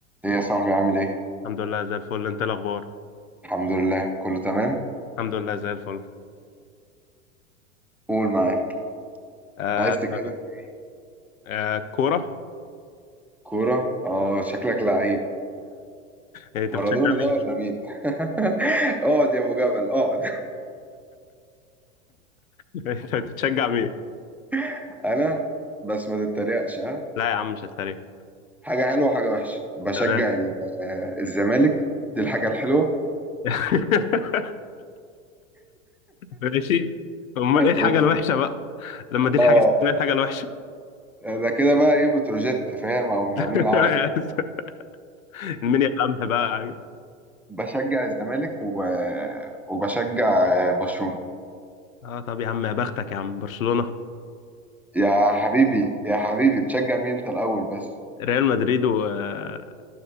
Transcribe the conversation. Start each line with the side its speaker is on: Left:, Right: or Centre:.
Centre: ايه يا صاحبي عامل ايه؟
Left: الحمد لله زي الفل انت إيه الاخبار
Centre: الحمد لله كله تمام
Left: الحمد لله زي الفل
Centre: قول معاك
Left: آه
Centre: عايز
Left: تمام.
Centre: تتكلم في ايه؟
Left: آه كوره
Centre: كورة؟ اه شكلك لعيب
Left: إيه، انت
Centre: مارادونا
Left: بتشجع
Centre: ده
Left: مين
Centre: ولا مين؟ <laughs> اقعد يا ابو جبل اقعد
Left: <laughs> انت بتشجع مين
Centre: <laughs> انا بس ما تتريقش ها
Left: لا يا عم مش هتريق
Centre: حاجة حلوة وحاجة وحشة بشجع
Left: تمام
Centre: ال- آه، الزمالك دي الحاجة الحلوة
Left: <laughs> ماشي امال ايه الحاجه
Centre: و...
Left: الوحشه بقى لما دي الحاجه
Centre: اه
Left: ايه الحاجه الوحشه
Centre: ده كده بقى ايه بتروجيت فاهم او المقاولين
Left: <laughs>
Centre: العرب
Left: مين يا عم بقى
Centre: بشجع الزمالك و... وبشجع آه، برشلونة
Left: اه طب يا عم يا بختك يا عم برشلونه
Centre: يا حبيبي يا حبيبي بتشجع مين انت الاول بس
Left: ريال مدريد و آه،